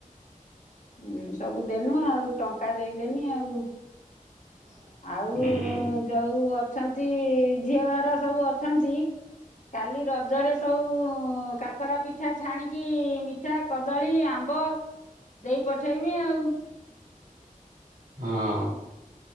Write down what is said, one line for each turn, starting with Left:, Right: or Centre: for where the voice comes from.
Left: ହୁଁ ସବୁ ଦେନୁ ଆଉ ଟଙ୍କା ଦେଇଦେନି ଆଉ।
Right: <unintelligible>
Left: ଆଉ
Right: ହୁଁ ହଁ।
Left: ଯୋଉ ଅଛନ୍ତି ଝିଅ ଘର ସବୁ ଅଛନ୍ତି। କାଲି ରଜରେ ସବୁ କାକରା ପି ପିଠା ଛାଣିକି ମିଠା କଦଳୀ ଆମ୍ବ ଦେଇ ପଠେଇମି ଆଉ।
Right: ହଁ।